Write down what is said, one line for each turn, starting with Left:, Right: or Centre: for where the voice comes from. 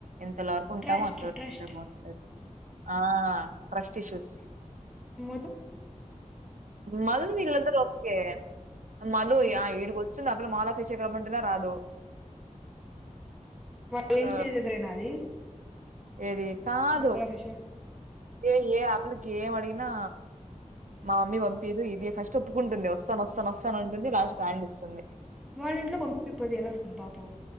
Right: ఇంతలో వరకు ఉంటామో
Centre: ట్రస్ట్
Right: అంతవరకు
Centre: ట్రస్ట్
Right: ఉంటే బాగుంటంది ఆ ట్రస్ట్ ఇష్యూస్
Centre: మొద్దు
Right: మధు వీళ్లు అందరూ ఓకే మధు
Centre: ఉమ్.
Right: య ఈడుగో వస్తుంది అప్పుడు మాలాభిషేకరం రమ్మంటేనే రాదు
Centre: వాళ్ళ
Right: ఆ,
Centre: ఇంటి దగ్గరేనా అది
Right: ఏది కాదు
Centre: మాలాభిషే
Right: ఏ ఏ అప్పులుకి ఎం అడిగినా మా మమ్మీ పంపిదు ఇది ఫస్ట్ ఒప్పుకుంటుంది వస్తాను వస్తాను వస్తాను అంటుంది లాస్ట్ హ్యాండ్ ఇస్తుంది
Centre: వాళ్ళంట్లో పంపియకపోతే ఎలా వస్తుంది పాపం